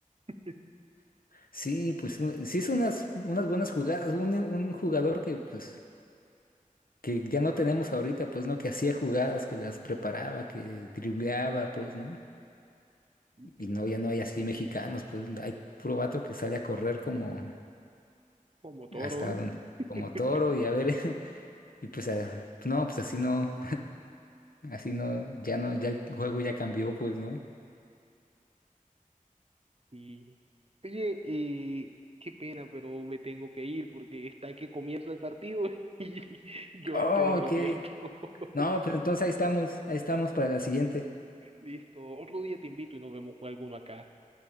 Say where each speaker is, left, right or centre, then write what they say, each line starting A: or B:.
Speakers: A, on the right; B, on the left.
A: <laughs>
B: Sí, pues un- sí hizo unas, unas buenas jugadas. Un, un jugador que, pues, que ya no tenemos ahorita, pues, ¿no? Que hacía jugadas, que las preparaba, que dribleaba, pues, ¿no?
A: Claro,
B: Y no, ya no hay así mexicanos, pues, hay puro vato que sale a correr como
A: como toro.
B: hasta donde,
A: <laughs>
B: como toro y a ver, <laughs> y pues, a- no, pues así no. Así no, ya no, ya el juego ya cambió, pues, ¿no?
A: Y, oye, eh, qué pena, pero me tengo que ir porque está que comienza el partido <laughs> y yo
B: Oh,
A: este no me
B: ok.
A: lo pierdo. <laughs>
B: No, pues entonces ahí estamos, ahí estamos para la siguiente.
A: Listo, otro día te invito y nos vemos con alguno acá.